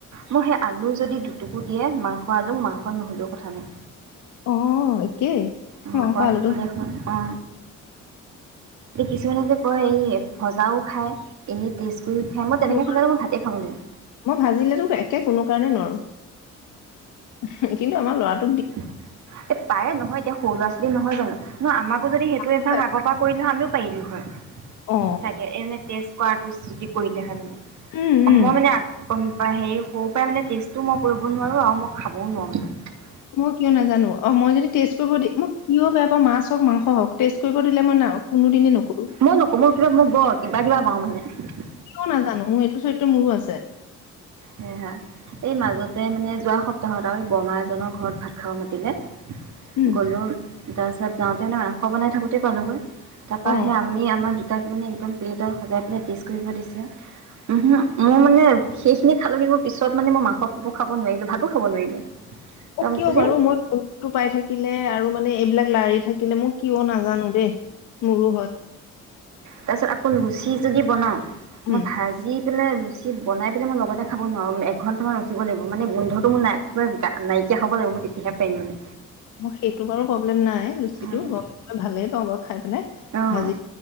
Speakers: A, on the right; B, on the left.
A: মোৰ সেই আলু যদি দুটুকু দিয়ে মাংস আলু মাংস নহ'লেও কথা নাই
B: অ একেই
A: ম
B: মাংস আলুটো
A: দিলে হয় অ এ কিছুমানে যে কয় এই সজাও খায় এনেই টেষ্ট কৰি খায় মই তেনেকৈ
B: নোৱাৰো
A: খালে মই ভাতেই খাব নোৱাৰিম।
B: মই ভাজিলেতো একে কোনো কাৰণে নোৱাৰো <unintelligible> কিন্তু আমাক লৱাত
A: এ পাৰে নহয় এতিয়া সৰু ল'ৰা ছোৱালী নহয় জানো ন আমাক যদি সেইটো অভ্যাস
B: পায়
A: আগৰ পৰা কৰিলে হয় আমিও পাৰলোঁ হয়
B: অ
A: চাগে এনে টেষ্ট কৰাটো চুটি তি কৰিলে হয় মানে
B: উম উম
A: মই মানে কম ত হেৰি সৰু পৰাই মানে টেষ্টো মই কৰিব নোৱাৰো আৰু মই খাবও নোৱাৰো মানে।
B: মই কিয় নাজানো, অ মই যদি টেষ্ট কৰিব দি মই কিয় বেয়া পাওঁ মাছ হওঁক, মাংস হওঁক টেষ্ট কৰিব দিলে মই না কোনোদিনে নকৰো।
A: মই নকো মোৰ কিবা মোক ব কিবা কিবা পাওঁ মানে।
B: ক নাজানো মোৰ এইটো চৰিত্ৰ মোৰো আছে।
A: সেইয়া এই মাজতে মানে যোৱা সপ্তাহত আৰু বৰমা এজনৰ ঘৰত ভাত খাব মাতি দলে
B: উম
A: গলো তাৰপাছত যাওঁতে মানে মাংস বনাই থাকোতে পালোগৈ। তাৰপৰা
B: অ
A: সে আমি আমাৰ দু তাক মানে একদম প্লেটত সজাই পেলাই টেষ্ট কৰিব দিছে। উম হু মোৰ মানে শেষ তুমি খালে বাৰু মোৰ পিছত মানে মাংস খাব নোৱাৰিলোঁ, ভাতো খাব নোৱাৰিলোঁ। তাৰপৰা
B: অঁ
A: মোক
B: কিয়
A: কৈছে
B: বাৰু মই গুন্ধটো পাই থাকিলে, আৰু মানে এইবিলাক লাৰি থাকিলে মোক কিয় নাজানো দেই। মোৰো হয়।
A: তাৰ পিছত আকৌ লুচি যদি বনাও
B: উম
A: মই ভাজি। পেলাই ৰুচি বনাই পেলাই মই লগতে খাব নোৱাৰোঁ একঘণ্টামান ৰখিব লাগিব মানে গোন্ধটো মোৰা নাকটোৱে নাই। হ'ব লাগিব মই তেতিয়াহে পাৰিম মানে
B: মোক সেইটো বাৰু প্ৰব্লেম নাই। লুচি
A: উম,
B: টো গমে গমে ভালেই পাওঁ। বাৰু খাই পেলাই
A: অঁ
B: ভাজি